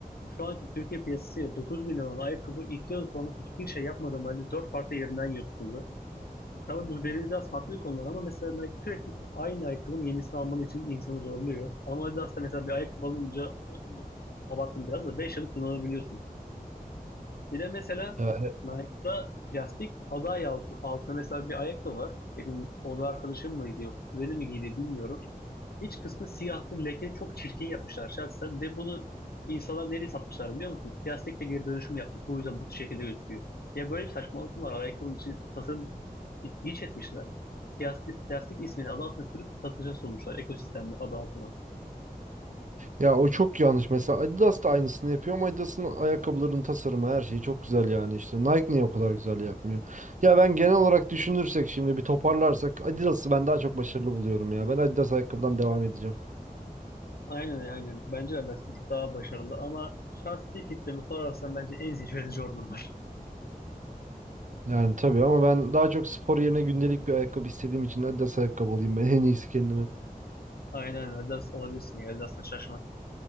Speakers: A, on the left (about 85°); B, on the right (about 55°).
A: Şu anki Türkiye piyasasıyla 9 bin lira olan ayakkabı iki yıl sonra hiçbir şey yapmadığım halde dört farklı yerinden yırtıldı. Tabii bu benim biraz farklı konular ama mesela Nike sürekli aynı ayakkabının yenisini alman için insanı zorluyor. Ama Adidas da mesela bir ayakkabı alınca 10 yıl abarttım biraz da 5 yıl kullanabiliyorsun. Bir de mesela
B: Ya,
A: Nike'da plastik ada ayağı altına mesela bir ayak da var. Benim oda arkadaşım mıydı yok kuzeni mi giydi bilmiyorum. İç kısmı siyahtı leke çok çirkin yapmışlar şahsen ve bunu insanlar nereye satmışlar biliyor musun? Plastikle geri dönüşüm yaptık bu yüzden bu şekilde gözüküyor. Ya böyle bir saçmalık mı var? Ayakkabının için tasarım hiç hiç etmişler. Plastik, plastik ismini adı altına sürüp satışa sunmuşlar ekosistemde adı altına.
B: ya o çok yanlış. Mesela Adidas da aynısını yapıyor ama Adidas'ın ayakkabılarının tasarımı her şeyi çok güzel yani işte. Nike niye o kadar güzel yapmıyor? Ya ben genel olarak düşünürsek şimdi bir toparlarsak Adidas'ı ben daha çok başarılı buluyorum ya. Ben Adidas ayakkabıdan devam edeceğim.
A: Aynen aynen. Bence de Adidas bir tık daha başarılı ama şahsi fikrimi sorarsan bence en zirvede Jordan var.
B: Yani tabii ama ben daha çok spor yerine gündelik bir ayakkabı istediğim için Adidas ayakkabı alayım ben <laughs> en iyisi kendime.
A: Aynen Adidas olabilirsin ya. Adidas'tan şaşmak.